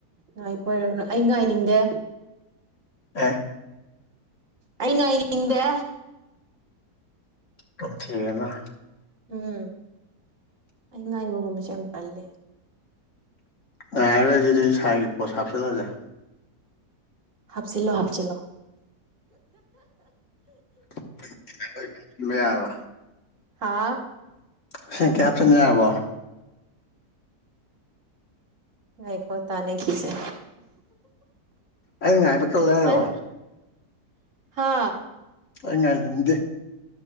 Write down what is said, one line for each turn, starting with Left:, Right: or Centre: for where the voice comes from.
Right: ꯉꯥꯏꯈꯣ ꯍꯥꯏꯔꯒ ꯑꯩ ꯉꯥꯏꯅꯤꯡꯗꯦ
Left: ꯑꯦ
Right: ꯑꯩ ꯉꯥꯢꯅꯤꯡꯗꯦ
Left: <unintelligible> ꯊꯤꯔꯦꯅ
Right: ꯎꯝ ꯑꯩ ꯉꯥꯏꯕꯒꯨꯝꯕꯁꯦ ꯌꯥꯝ ꯇꯜꯂꯦ
Left: ꯉꯥꯢꯔꯔꯣꯢ ꯑꯗꯨꯗꯤ ꯁꯥꯢꯒꯤ ꯄꯣꯁꯠ ꯍꯥꯞꯆꯤꯜꯂꯁꯦ
Right: ꯍꯥꯞꯆꯤꯜꯂꯣ ꯍꯥꯞꯆꯤꯜꯂꯣ
Left: <unintelligible> ꯁꯤꯟꯕ ꯌꯥꯔꯕ
Right: ꯍꯥꯥ
Left: ꯑꯁꯦꯡꯀꯤ ꯍꯥꯞꯆꯤꯟ ꯌꯥꯔꯕꯣ
Right: ꯉꯥꯏꯈꯣ ꯇꯥꯟꯅꯈꯤꯁꯦ
Left: ꯑꯩ ꯉꯥꯏꯕ ꯇꯜꯂꯦ ꯍꯥꯢꯔꯣ
Right: ꯑꯩ ꯍꯥ
Left: ꯑꯩ ꯉꯥꯏꯅꯤꯡꯗꯦ